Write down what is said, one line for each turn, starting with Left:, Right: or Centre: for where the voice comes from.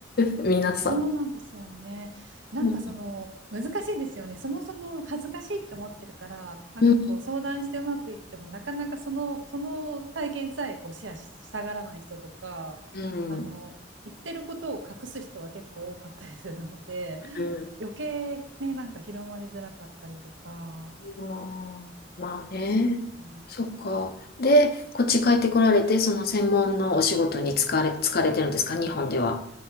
Left: <laughs> 皆さん。
Right: そうなんですよねなんかその難しいですよねそもそも恥ずかしいって思ってるからなんかこう相談してうまくいってもなかなかそのその体験さえこうシェアししたがらない人とかあの言ってることを隠す人は結構多かったりするので
Left: うん、うん、うん、うんうん
Right: 余計ねなんか広まりづらかったりとか
Left: まあまあね、
Right: そうですね
Left: そっか。で、こっち帰ってこられて、その専門のお仕事に疲れ、疲れてるんですか、日本では。